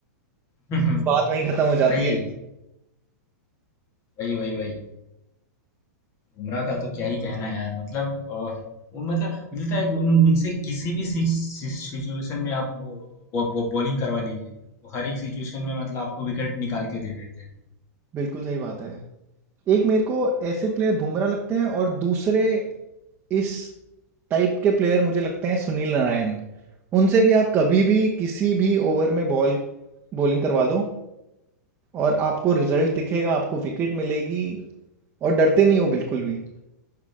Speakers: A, on the left (about 30°); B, on the right (about 20°).
A: <laughs>
B: बात वहीं ख़त्म हो जाती
A: वही
B: है
A: वही वही वही बुमराह का तो क्या ही कहना है यार मतलब अ, वो मतलब मिलता है कि उन, उनसे किसी भी सिचुएशन में आप वो बॉ, बॉ, बॉलिंग करवा लीजिए वो हर एक सिचुएशन में मतलब आपको विकेट निकाल के दे देते हैं
B: बिल्कुल सही बात है एक मेरे को ऐसे प्लेयर बुमराह लगते हैं और दूसरे इस टाइप के प्लेयर मुझे लगते हैं सुनील नारायण उनसे भी आप कभी भी किसी भी ओवर में बॉल बॉलिंग करवा दो और आपको रिजल्ट दिखेगा आपको विकेट मिलेगी और डरते नहीं हो बिल्कुल भी